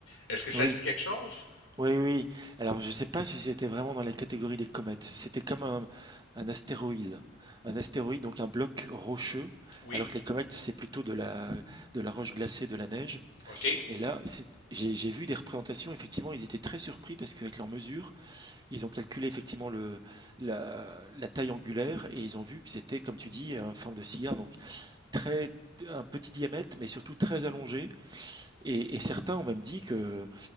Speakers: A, on the left; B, on the right.
A: Est-ce que ça
B: Oui,
A: te dit quelque chose?
B: oui, oui. Alors, je ne sais pas si c'était vraiment dans la catégorie des comètes. C'était comme un, un astéroïde. Un astéroïde, donc un bloc rocheux,
A: Oui,
B: alors que les comètes, c'est plutôt de la, de la roche glacée, de la neige.
A: OK.
B: Et là, c'est- j'ai j'ai vu des représentations, effectivement, ils étaient très surpris parce qu'avec leurs mesures, ils ont calculé effectivement le, la, la taille angulaire et ils ont vu que c'était, comme tu dis, une forme de cigare, donc très, un petit diamètre, mais surtout très allongé. Et, et certains ont même dit que